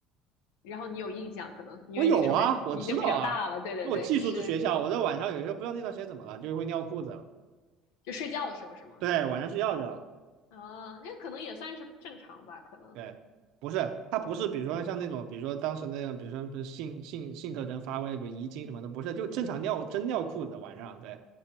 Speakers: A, on the left (about 85°); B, on the right (about 70°).
A: 然后你有印象，可能因为那时候还你就比较大了。
B: 我有啊，我知道啊，
A: 对对对，
B: 因为我寄宿制学校，
A: 是
B: 我在晚上有时候不知道那段时间怎么了，就会尿裤子，
A: 就睡觉的时候是吗？
B: 对，晚上睡觉去了，
A: 啊，那可能也算是正常吧，可能。
B: 对，不是，他不是，比如说像那种，比如说当时那样，比如说是性性性特征发威，比如遗精什么的，不是，就正常尿真尿裤子晚上，对